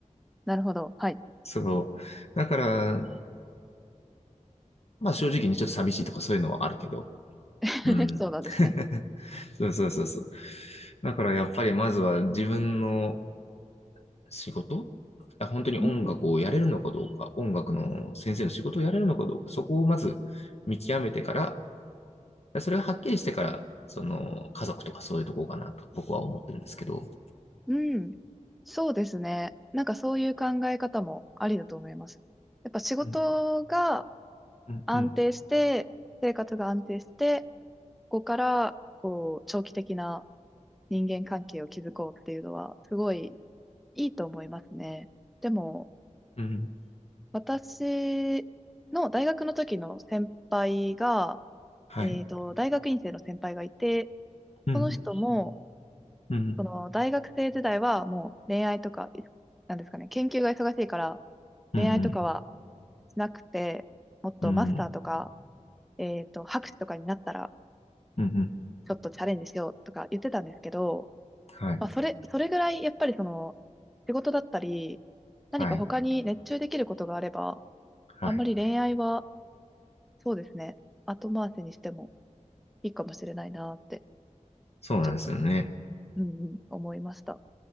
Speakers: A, in the centre; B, on the left.
A: なるほど。はい。
B: そう。だから、まあ正直にちょっと寂しいとかそういうのはあるけど、
A: <laughs>
B: うん。
A: そうなんですね。
B: <laughs> そうそうそうそう。だからやっぱりまずは自分の仕事あ本当に音楽をやれるのかどうか、
A: うん。
B: 音楽の先生の仕事をやれるのかどうか、そこをまず見極めてから、それがはっきりしてから、その家族とかそういうとこかなと僕は思ってるんですけど。
A: うん。そうですね。なんかそういう考え方もありだと思います。やっぱ仕事が
B: うん、うん、
A: 安定して、
B: うん、
A: 生活が安定して、こからこう長期的な人間関係を築こうっていうのはすごいいいと思いますね。でも
B: うん。
A: 私の大学の時の先輩が、
B: はい。
A: えっと、大学院生の先輩がいて、
B: うん、
A: その人も
B: うん、
A: その大学生時代はもう恋愛とか、いなんですかね、研究が忙しいから
B: うん、
A: 恋愛とかは
B: うん、
A: しなくて、もっとマスターとか、
B: うん、うん、
A: えっと、博士とかになったら
B: うん。うん
A: ちょっとチャレンジしようとか言ってたんですけど、
B: はい。
A: まあ、それ、それぐらい、やっぱりその、仕事だったり、何か他に熱中できることがあれば、
B: はい。はい。
A: あんまり恋愛は、そうですね、後回しにしてもいいかもしれないなって、
B: そうなんですよね。
A: ちょっと、うんうん、思いました。